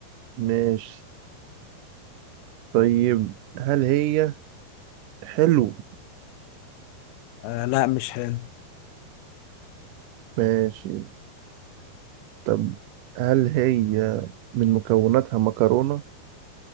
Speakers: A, on the right; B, on the left.
A: ماشي طيب هل هي حلو
B: آه لا مش هان
A: ماشي طب هل هي من مكوناتها مكرونة؟